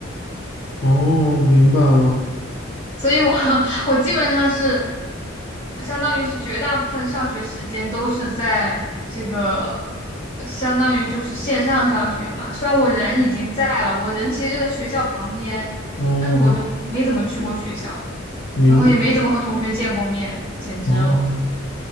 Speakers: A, on the left; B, on the left.
A: 哦，明白了，
B: 所以我 <laughs> 我基本上是。相当于是绝大部分上学时间都是在这个，相当于就是线上上学嘛。虽然我人已经在了，我人其实就在学校旁边，
A: 哦，
B: 但是我就没怎么去过学校，
A: 明白，
B: 然后也没怎么和同学见过面，简直了。
A: 哦。